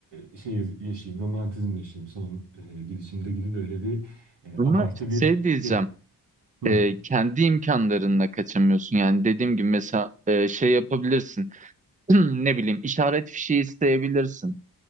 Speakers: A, on the right; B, on the right.
A: e, şey yaşayayım, romantizm yaşayayım son e, gidişimde gibi böyle bir e,
B: Ama
A: abartı
B: şey
A: bir
B: diyeceğim.
A: şey. Hı.
B: e, kendi imkanlarınla kaçamıyorsun. Yani dediğim gibi mesela e, şey yapabilirsin. <clears throat> Ne bileyim işaret fişi isteyebilirsin.